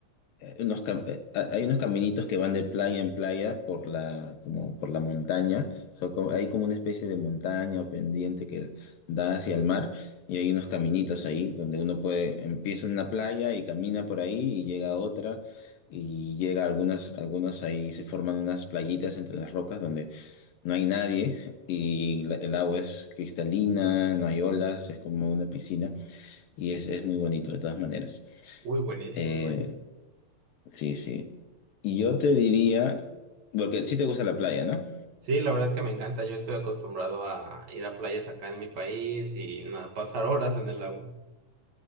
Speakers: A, on the left; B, on the right.
A: eh, unos cam- eh, ha- hay unos caminitos que van de playa en playa por la, como por la montaña. O sea, co- hay como una especie de montaña o pendiente que da hacia el mar. Y hay unos caminitos ahí donde uno puede, empieza en una playa y camina por ahí y llega a otra. Y llega a algunas, algunos ahí se forman unas playitas entre las rocas donde no hay nadie y la- el agua es cristalina, no hay olas, es como una piscina y es, es muy bonito de todas maneras.
B: Uy, buenísimo,
A: Eh,
B: ¿eh?
A: Sí, sí. Y yo te diría, porque sí te gusta la playa, ¿no?
B: Sí, la verdad es que me encanta. Yo estoy acostumbrado a ir a playas acá en mi país y nada, pasar horas en el agua.